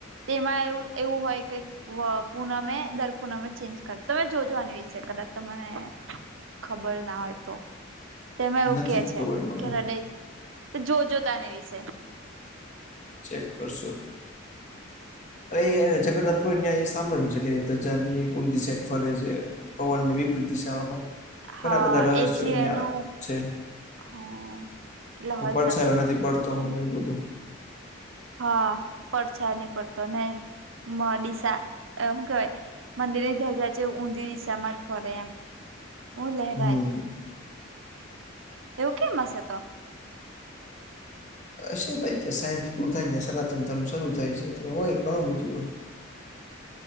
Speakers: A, on the right; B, on the left.
A: તેમાં એવ એવું હોય કે પૂનમે દર પૂનમે ચેન્જ કર તમે જોજો આની વિશે કદાચ તને ખબર ના હોય તો તેમાં એવું
B: નથી
A: કે
B: જ
A: છે
B: ખબર મને
A: કે હદય જોજો તને વિશે
B: ચેક કરશો અરે એ જગન્નાથ પુર્ણ એ સાંભળું છે કેની દસે એક ફર છે પવનની વિવૃધિશમાં પડે
A: હા
B: ઘણા બધા રહસ્યો
A: એ જે
B: અિયાં
A: એનું
B: છે
A: હ એટલે હોય
B: એ પડશે
A: શકે
B: એ નથી પડતો
A: હું ખબર
B: મને એવું બધું
A: હા પડછા નની પડતો ને દિસા એમ કેવાય મંદિર ની ધજા છે ઊંધી દિશામાં જ ફરે એમ હું લેરાય
B: હમ
A: એવું કેમ હશે તો
B: હશે ભાઈ જે સાયન્સ પૂરું થાય ને સનાતન ધર્મ શરૂુ થાય છે એટલે હોય ઘણું બધું હોય
A: <inaudible>